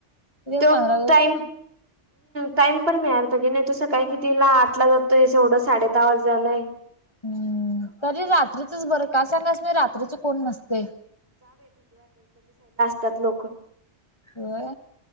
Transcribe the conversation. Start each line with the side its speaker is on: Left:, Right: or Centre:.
Left: एक
Right: त्यो
Left: पंधरा दिवस
Right: टाईम टाइम पण मिळायला पाहिजे नाही, तो सकाळी कितीला आठला जातोय ऐवढं साडे दहा वाजालाय
Left: हम्. तरी रात्रीचच बरं काय सांगायच रात्रीच कोण नसतय.
Right: त्यात लोक
Left: होय.